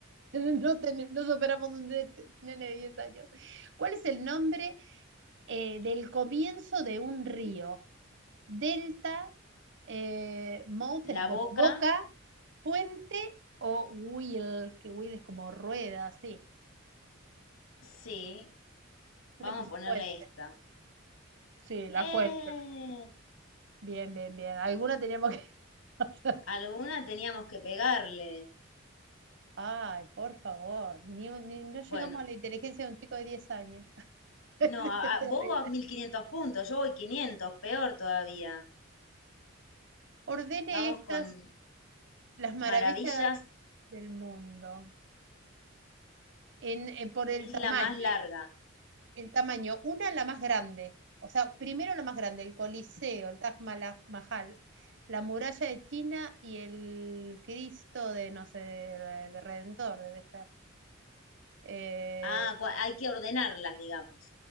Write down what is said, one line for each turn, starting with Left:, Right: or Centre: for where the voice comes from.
Right: No, ten- no superamos un ne- nene de 10 años. ¿Cuál es el nombre eh, del comienzo de un río? Delta, eh, mouth es
Left: La
Right: como
Left: boca,
Right: boca, puente o wheel, que wheel es como rueda, sí.
Left: sí. Vamos
Right: Yo le puse
Left: a ponerle
Right: fuente.
Left: esta.
Right: Sí, la
Left: ¡Eh!
Right: fuente. Bien, bien, bien. Alguna teníamos que <laughs> hacer.
Left: Alguna teníamos que pegarle.
Right: Ay, por favor, ni, un- ni- no llegamos
Left: Bueno,
Right: a la inteligencia de un chico de 10 años. <laughs> Esto
Left: No, a,
Right: es
Left: a-
Right: terrible.
Left: vos vas 1500 puntos, yo voy 500, peor todavía.
Right: ordene
Left: Vamos
Right: estas,
Left: con
Right: las maravillas
Left: maravillas,
Right: del mundo, en, eh, por el
Left: es
Right: tamaño.
Left: la más larga.
Right: El tamaño, una la más grande, o sea, primero la más grande, el Coliseo, el Taj Mahal, la muralla de China y el Cristo de, no sé, de, de Redentor, debe ser. Eh,
Left: Ah, cua- hay que ordenarlas, digamos.